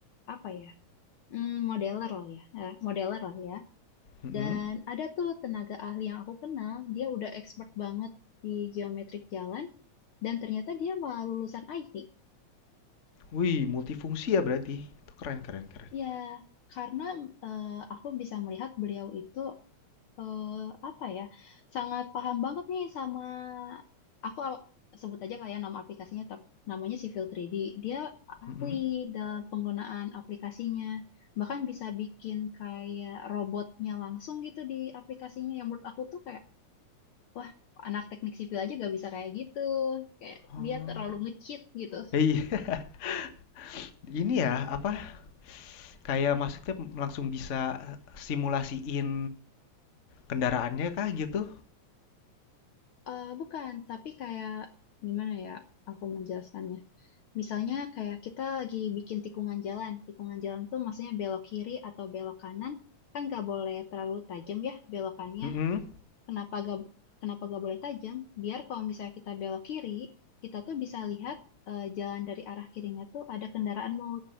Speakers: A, on the left (about 60°); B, on the left (about 40°).
A: apa ya, Hmm, modeler lah ya, Eh, modeler lah ya.
B: Mm-mm.
A: Dan ada tuh tenaga ahli yang aku kenal, dia udah expert banget di geometric jalan, dan ternyata dia malah lulusan IT.
B: wih multifungsi ya berarti itu keren keren keren
A: Ya, karena eh, aku bisa melihat beliau itu eh, apa ya sangat paham banget nih sama aku aw- sebut aja kayak nama aplikasinya tap- namanya Civil 3D dia ahli
B: Mm-mm.
A: dalam penggunaan aplikasinya bahkan bisa bikin kayak robotnya langsung gitu di aplikasinya yang menurut aku tuh kayak wah anak teknik sipil aja gak bisa kayak gitu kayak
B: oh
A: dia terlalu nge-cheat gitu
B: Eh, iya <laughs> ini ya apa kayak maksudnya langsung bisa simulasiin kendaraannya kah gitu
A: Eh bukan tapi kayak gimana ya aku menjelaskannya Misalnya kayak kita lagi bikin tikungan jalan. Tikungan jalan tuh maksudnya belok kiri atau belok kanan. Kan gak boleh terlalu tajam ya belokannya.
B: Mm-mm.
A: Kenapa gak, kenapa gak boleh tajam? Biar kalau misalnya kita belok kiri, kita tuh bisa lihat eh, jalan dari arah kirinya tuh ada kendaraan mau